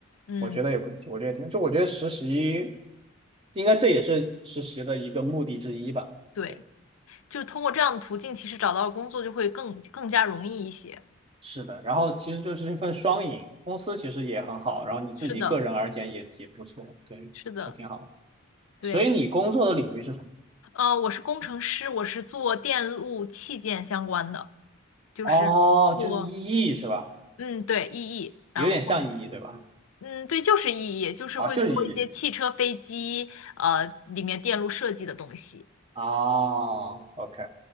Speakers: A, on the left (about 75°); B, on the right (about 25°).
A: 嗯，
B: 我觉得也不，我觉得也挺，就我觉得实习，应该这也是实习的一个目的之一吧。
A: 对。
B: 对，
A: 就通过这样的途径，其实找到工作就会更更加容易一些。
B: 是的。然后其实就是一份双赢，公司其实也很好，然后你自己个人而言也也不错，
A: 是的，
B: 对，
A: 是的，
B: 是挺好的。
A: 对，
B: 所以你工作的领域是什么？
A: 呃，我是工程师，我是做电路器件相关的，就是做，
B: 哦，就是 EE 是吧？
A: 嗯，对，EE，然后，
B: 有点像 EE 对吧？
A: 嗯，对，就是 EE，就是会做一些汽车、
B: 啊，就是 EE。
A: 飞机，呃，里面电路设计的东西。
B: 哦，OK。